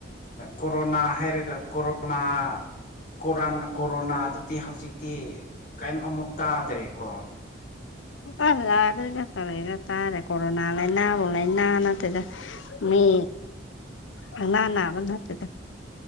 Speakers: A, on the left; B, on the left.
A: ꯀꯣꯔꯣꯅꯥ ꯍꯥꯏꯔꯒ ꯀꯣꯔꯣꯅꯥ ꯀꯣꯔ ꯀꯣꯔꯣꯅꯥꯗꯨꯗꯤ ꯍꯧꯖꯤꯛꯇꯤ ꯀꯔꯤꯝ ꯑꯃꯨꯛ ꯇꯥꯗ꯭ꯔꯦꯀꯣ <inaudible>
B: ꯑ ꯌꯥꯔ ꯆꯔ ꯇꯥꯔꯦ ꯀꯣꯔꯣꯅꯥ ꯂꯩꯅꯦꯕꯨ ꯂꯩꯅꯥ ꯅꯠꯇꯦꯗ ꯃꯤ
A: <inaudible>
B: ꯂꯩꯅꯥ ꯅꯥ ꯅꯥꯕ ꯅꯠꯇꯦꯗ